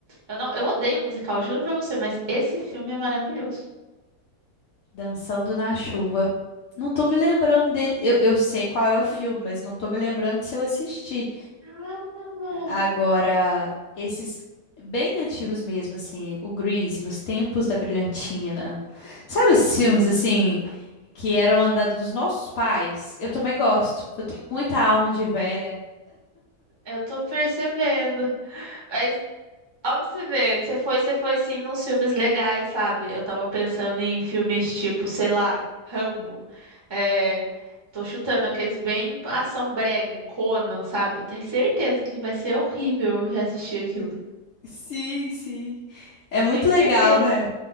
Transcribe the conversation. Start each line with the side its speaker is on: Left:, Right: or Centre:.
Right: Eu não, eu odeio musical, juro pra você, mas esse filme é maravilhoso.
Left: Dançando na chuva. Não tô me lembrando dele. Eu, eu sei qual é o filme, mas não tô me lembrando de se eu assisti.
Right: Ah,
Left: Agora, esses bem antigos mesmo, assim, o Grease, Nos Tempos da Brilhantina. Sabe esses filmes, assim que eram a da- dos nossos pais, eu também gosto. Eu tenho muita alma de velha.
Right: eu tô percebendo. Mas, ó, pra você ver, você foi, você foi sim nos filmes legais, sabe? Eu tava pensando em filmes tipo, sei lá, Rambo. É, tô chutando aqueles bem ação brega, Conan, sabe? Eu tenho certeza que vai ser horrível reassistir aquilo.
Left: Sim, sim. É
Right: Eu
Left: muito
Right: tenho certeza.
Left: legal, né?